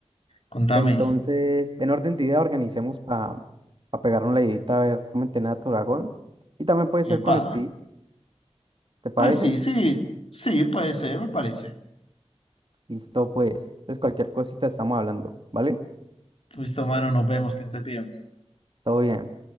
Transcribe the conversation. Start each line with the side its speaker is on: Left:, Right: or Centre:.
Left: Contame.
Right: entonces, en orden de idea, organicemos para pegar una leidita a ver cómo entrena a tu dragón. Y también puede ser
Left: Epa.
Right: con Steve, ¿te parece?
Left: Pues sí, sí, sí, puede ser, me parece.
Right: Listo, pues. Entonces, cualquier cosita estamos hablando, ¿vale?
Left: Listo, mano, nos vemos, que estés bien.
Right: Todo bien.